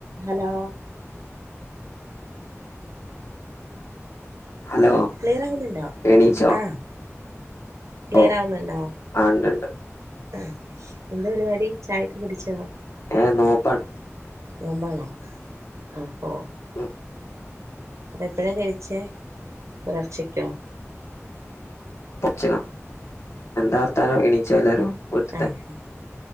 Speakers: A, on the right; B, on the left.
A: ഹലോ
B: ഹലോ
A: ക്ലിയറാകുന്നുണ്ടോ
B: എണീച്ചോ
A: ആഹ ക്ലിയർ
B: ഓ
A: ആവുന്നുണ്ടോ
B: ആ ഉണ്ട്ണ്ട്
A: ആഹ് എന്താ പരിപാടി ചായൊക്ക കുടിച്ചോ
B: ഏ നോമ്പാണ്
A: നോമ്പാണോ ആഹ് ഹോ
B: <inaudible>
A: അതെപ്പഴാ കഴിച്ചേ പുലർച്ചക്കോ
B: പോൽച്ചക്ക എന്താവർത്താനം എണീച്ചൊ എല്ലാരും വീട്ട്ത്തെ
A: ആഹ്